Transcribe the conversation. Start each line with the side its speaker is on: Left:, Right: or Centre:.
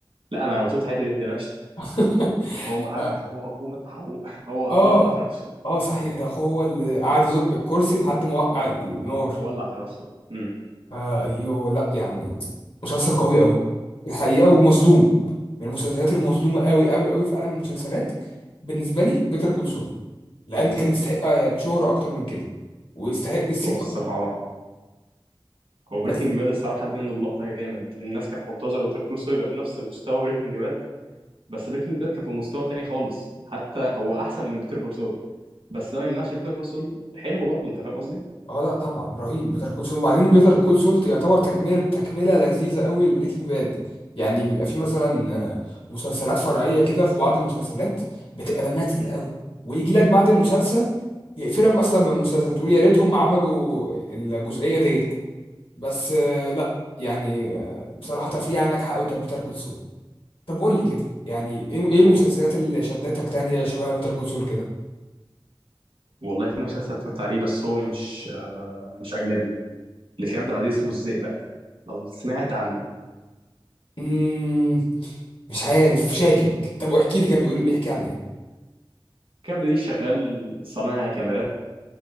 Right: لا انا وصلت حته دي ما تقلقش
Left: <laughs>
Right: هو ما حرقش
Left: ف-
Right: اخوه اخوه مات حروق <laughs> هو
Left: اه
Right: اخوه ولع في نفسه
Left: اه صحيح ده اخوه هو اللي قعد يزق الكرسي لحد ما وقع
Right: اه
Left: النار
Right: ولع في نفسه امم
Left: آه، ايوه لا يعني مسلسل قوي قوي الحقيقه ومظلوم من المسلسلات المظلومه قوي قوي قوي في عالم المسلسلات بالنسبه لي بيتر كول سول لان كان يستحق آه، شهره اكتر من كده ويستحق الصيت
Right: هو الصراحه
Left: اكتر من كده.
Right: اه هو
Left: بس
Right: بريكنج باد الصراحه خد منه اللقطه جامد الناس كانت منتظره بيتر كول سول يبقى في نفس مستوى بريكنج باد بس بريكنج باد كان في مستوى تاني خالص حتى هو احسن من بيتر كول سول بس ده ما يمنعش بيتر كول سول حلو برضه انت فاهم قصدي
Left: اه لا طبعا رهيب بيتر كول سول وبعدين بيتر كول سول يعتبر تكمل تكمله لذيذه قوي لبريكنج باد يعني بيبقى في مثلا آه، مسلسلات فرعيه كده في بعض المسلسلات بتبقى دمها تقيل
Right: امم
Left: قوي ويجي لك بعد المسلسل يقفلك اصلا من المسلسل تقول يا ريتهم ما عملوا الجزئيه ديت بس آه، لا يعني آه، بصراحه تفريع عنك حق كانت بيتر كول سول طب قول لي كده يعني ايه إيه المسلسلات
Right: هو
Left: اللي شدتك تانية شبه بيتر كول سول كده
Right: والله في مسلسل اتفرجت عليه بس هو مش آه، مش اجنبي لكريم عبد العزيز اسمه الزئبق لو سمعت عنه
Left: مم. مش عارف شاكك طب احكي لي كده بيقول بيحكي عن ايه
Right: كابدا دي شغال صنايعي كاميرات